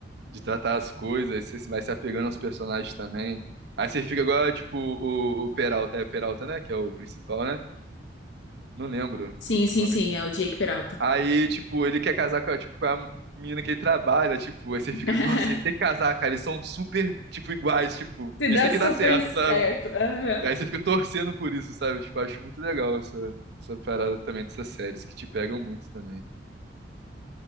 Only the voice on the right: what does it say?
de tratar as coisas, você vai se apegando aos personagens também. Aí você fica agora, tipo, o, o Peralta, é Peralta, né? Que é o principal, né? Não lembro
o nome
dele.
Aí, tipo, ele quer casar com a, tipo, com a menina que ele trabalha, tipo, aí você
fica, nossa, ele tem que casar, cara, eles são super, tipo, iguais, tipo,
isso
tem
que dar certo,
sabe?
Aí você fica torcendo por isso, sabe? Tipo, acho muito legal essa, essa parada também dessas séries que te pegam muito também.